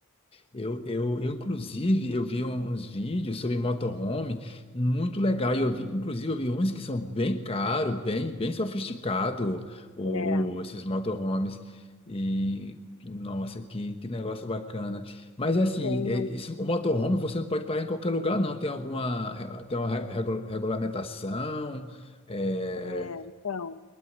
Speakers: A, on the left; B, on the left.
A: Eu, eu, eu, inclusive, eu vi um- uns vídeos sobre motorhome muito legal. E eu vi, inclusive, eu vi uns que são bem caro, bem, bem sofisticado, o,
B: É,
A: o- esses motorhomes. E, nossa, que, que negócio bacana. Mas, é assim,
B: Tenho,
A: é, isso, o motorhome você não pode parar em qualquer lugar, não. Tem alguma, re- tem uma re- regu- regulamentação, é,
B: é, então,